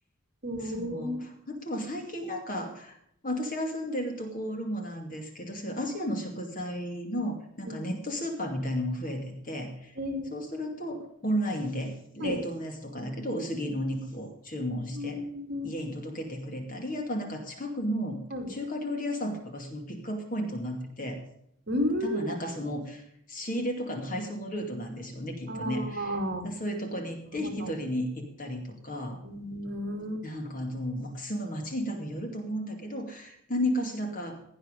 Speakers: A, on the right; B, on the left.
A: うん、
B: そう。あとは最近なんか、私が住んでるところもなんですけど、そういうアジアの食材のなんかネットスーパーみたいのも増えてて、
A: うんえー、
B: そうするとオンラインで冷凍のやつとかだけど薄切りのお肉を注文して家に届けてくれたり、
A: はい。うん、
B: あとはなんか近くの中華料理屋さんとかがそのピックアップポイントになってて、
A: はい。うん、
B: 多分なんかその仕入れとかの配送のルートなんでしょうね、きっとね。
A: ああ、
B: そういうとこに行って引き取りに行ったりとか、
A: なるほど。うん、
B: なんかあの、ま、住む街に多分よると思うんだけど、何かしらか